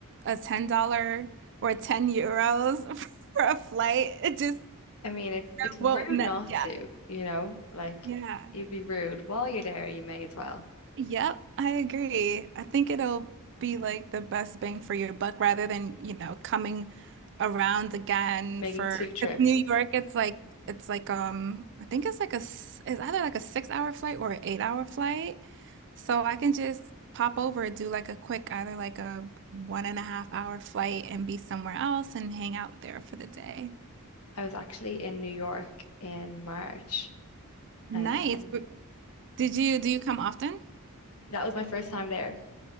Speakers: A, on the right; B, on the left.
A: a ten dollar or ten euros <laughs> for a flight, it just
B: I mean, it's it's
A: won't
B: rude
A: net
B: not
A: yeah.
B: to, you know? Like
A: Yeah.
B: you'd be rude while you're there, you may as well.
A: Yep, I agree. I think it'll be like the best bang for your buck rather than, you know, coming around again
B: Making
A: for
B: two trips.
A: 'cause New York, it's like it's like um I think it's like a s- it's either like a six hour flight or an eight hour flight. So I can just pop over, do like a quick either like a one and a half hour flight and be somewhere else and hang out there for the day.
B: I was actually in New York in March.
A: Nice.
B: Um
A: But Did you do you come often?
B: that was my first time there.